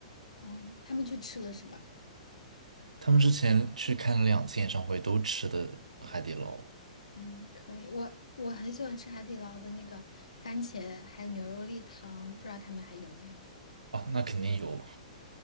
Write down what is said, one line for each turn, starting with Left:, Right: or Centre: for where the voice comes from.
Left: 哦，他们去吃了是吧？
Right: 他们之前去看了两次演唱会，都吃的海底捞
Left: 嗯，可以。我我很喜欢吃海底捞的那个番茄还有牛肉粒汤，不知道他们还有没有？
Right: 啊，那肯定有